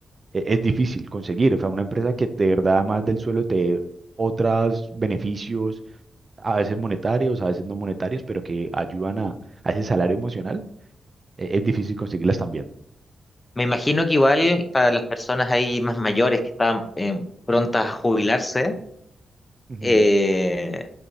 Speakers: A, on the right; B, on the left.
A: eh, es difícil conseguir. O sea, una empresa que de verdad, más del suelo, te dé otros beneficios a veces monetarios, a veces no monetarios, pero que ayudan a, a ese salario emocional, eh, es difícil conseguirlas también.
B: Me imagino que igual para las personas ahí más mayores que estaban eh, prontas a jubilarse,
A: Ujú.
B: eh,